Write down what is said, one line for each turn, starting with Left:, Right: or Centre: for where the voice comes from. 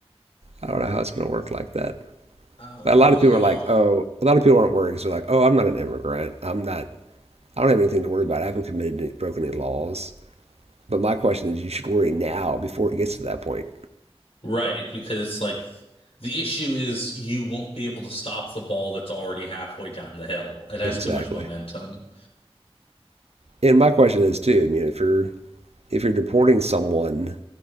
Right: I don't know how it's going to work like that.
Left: I don't,
Right: But a
Left: I
Right: lot of
Left: don't
Right: people
Left: know.
Right: are like, oh, a lot of people aren't worried because they're like, oh, I'm not an immigrant. I'm not, I don't have anything to worry about. I haven't committed any, broken any laws. But my question is, you should worry now before it gets to that point.
Left: Right, because it's like the issue is you won't be able to stop the ball that's already halfway down the hill. It has
Right: Exactly.
Left: too much momentum.
Right: And my question is too. I mean, if you're if you're deporting someone,